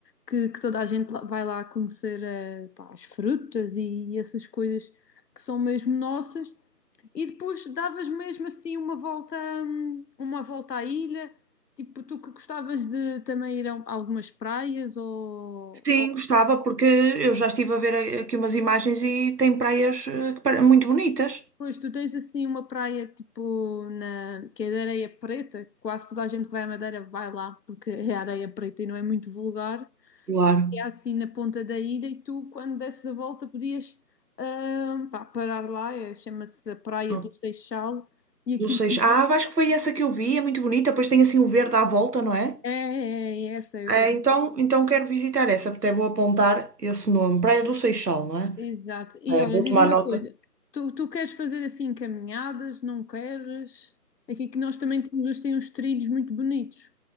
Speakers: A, on the left; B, on the right.
A: que, que toda a gente lá- vai lá conhecer eh, pá, as frutas e, essas coisas que são mesmo nossas. E depois davas mesmo assim uma volta, hum, uma volta à ilha. Tipo, tu que gostavas de também ir a um- algumas praias ou,
B: Sim,
A: ou
B: gostava porque eu já estive a ver a- aqui umas imagens e tem praias eh, que pare- muito bonitas.
A: pois tu tens assim uma praia tipo na que é de areia preta, quase toda a gente que vai à Madeira vai lá porque é areia preta e não é muito vulgar.
B: Claro.
A: é assim na ponta da ilha e tu, quando desses a volta, podias ah, pá, parar lá, é- chama-se a Praia
B: Não
A: do Seixal, e aquilo
B: não sei. Ah, acho que foi essa que eu vi, é muito bonita, pois tem assim o verde à volta, não é?
A: é, é, é essa, é,
B: É,
A: é-
B: então, então quero visitar essa, até vou apontar esse nome. Praia do Seixal, não é?
A: exato. E
B: É,
A: olha,
B: vou
A: diz-me
B: tomar
A: uma
B: nota.
A: coisa, tu, tu queres fazer assim caminhadas, não queres? Aqui que nós também temos assim uns trilhos muito bonitos.